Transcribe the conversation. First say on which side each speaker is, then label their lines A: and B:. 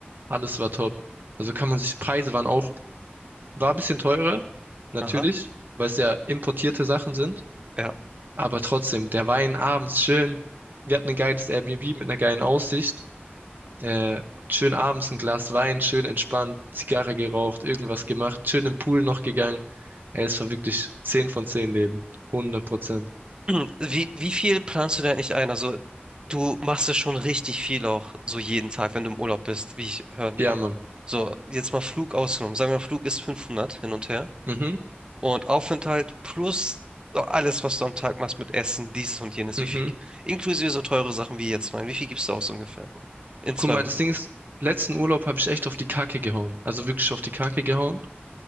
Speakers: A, on the right; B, on the right.
A: alles war top. Also kann man sich, Preise waren auch, war ein bisschen teurer, natürlich,
B: Aha.
A: weil es ja importierte Sachen sind.
B: Ja.
A: Aber trotzdem, der Wein abends schön. Wir hatten ein geiles Airbnb mit einer geilen Aussicht. Äh, schön abends ein Glas Wein, schön entspannt, Zigarre geraucht, irgendwas gemacht, schön im Pool noch gegangen. Ey, es war wirklich 10 von 10 Leben. hundert Prozent.
B: <clears throat> Wie, wie viel planst du denn eigentlich ein? Also, du machst ja schon richtig viel auch, so jeden Tag, wenn du im Urlaub bist, wie ich hören kann.
A: Ja, Mann.
B: So, jetzt mal Flug ausgenommen. Sagen wir mal, Flug ist 500 hin und her.
A: Mhm,
B: Und Aufenthalt plus so alles, was du am Tag machst mit Essen, dieses und jenes.
A: mhm.
B: Wie viel, inklusive so teure Sachen wie jetzt mein. Wie viel gibst du aus ungefähr? In zwei
A: Guck mal,
B: Wochen.
A: das Ding ist, letzten Urlaub habe ich echt auf die Kacke gehauen. Also wirklich auf die Kacke gehauen.